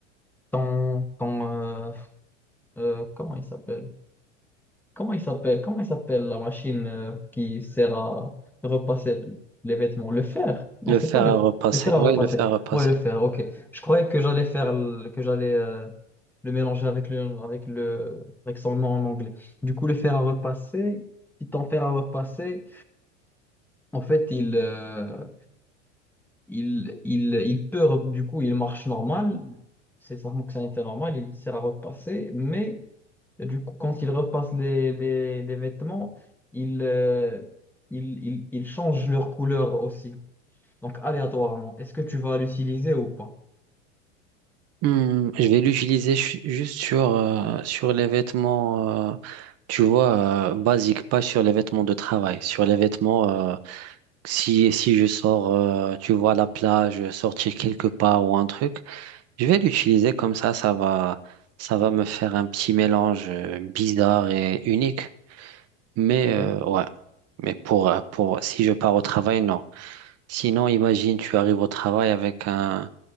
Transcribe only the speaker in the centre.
ton, ton, euh, euh, comment il s'appelle? Comment il s'appelle? Comment il s'appelle la machine euh, qui sert à repasser les vêtements? Le fer? Non,
c'est
pas le,
le fer à
repasser.
Ouais, le fer, ok. Je croyais que j'allais faire le- que j'allais euh, le mélanger avec le avec le avec son nom en anglais. Du coup, le fer à repasser, si ton fer à repasser, en fait, il euh, il, il il peut re- du coup, il marche normal. C'est sa fonctionnalité normale, il sert à repasser, mais et du coup, quand il repasse les, les, les vêtements, il, euh, il, il, il change leur couleur aussi. Donc, aléatoirement. Est-ce que tu vas l'utiliser ou pas?
Ok.